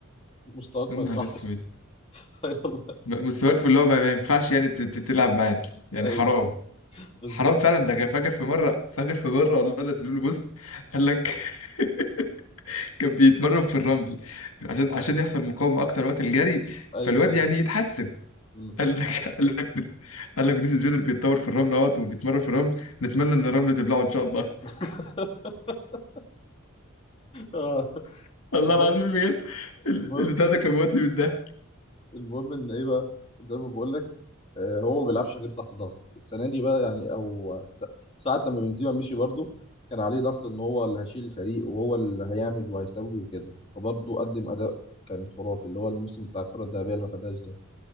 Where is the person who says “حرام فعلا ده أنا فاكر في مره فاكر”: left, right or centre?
Left